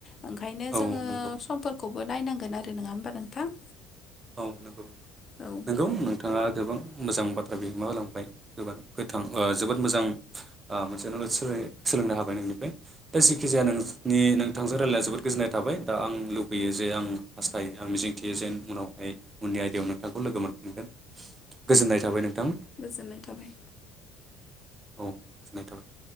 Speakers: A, on the left; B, on the right.
A: ओंखायनो
B: औ
A: जोङो
B: नंगौ
A: समफोरखौबो नायनांगोन आरो नङा होमबा नोंथां?
B: औ नंगौ
A: औ
B: नंगौ नोंथाङा गोबां मोजां बाथ्रा बिहोमा होलांबाय गोथां जोबोद मोजां मोनसे नलेज सोलोंनो हाबाय नोंनिफ्राय दा जेखिजाया नोंनि नोंथांजों रायज्लाया जोबोद गोजोननाय थाबाय दा आं लुबैयो जे आं हास्थायो आं मिजिंथियो जे उनाव उननि आयदायाव नोंथांखौ लोगो मोनफिनगोन गोजोननाय थाबाय नोंथां।
A: गोजोननाय थाबाय।
B: औ गोजोननाय थाबाय।